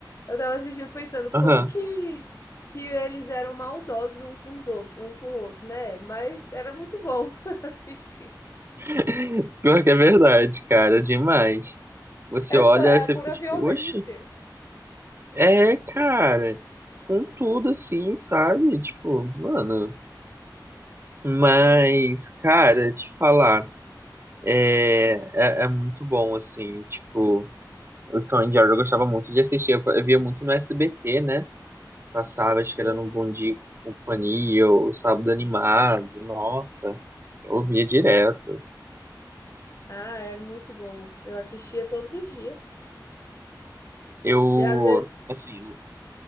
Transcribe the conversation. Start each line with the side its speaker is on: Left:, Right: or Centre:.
Left: eu tava assistindo pensando como
Right: Aham.
Left: que que eles eram maldosos um com os outros, um com o outro, né? Mas era muito bom <laughs> assistir.
Right: <laughs> Pior que é verdade, cara, demais. Você
Left: É
Right: olha
Left: só, é
Right: e você
Left: a pura
Right: fica tipo,
Left: violência.
Right: oxe, é, cara, com tudo assim, sabe? Tipo, mano. Mas, cara, te falar, é,
Left: Hum,
Right: é, é muito bom, assim, tipo. O Tom e Jerry eu gostava muito de assistir, eu eu via muito no SBT, né? Passava, acho
Left: Sim.
Right: que era no Bom Dia e Companhia, o Sábado Animado, nossa, eu via direto.
Left: Ah, era muito bom. Eu assistia todos os dias.
Right: Eu,
Left: E às vezes.
Right: assim,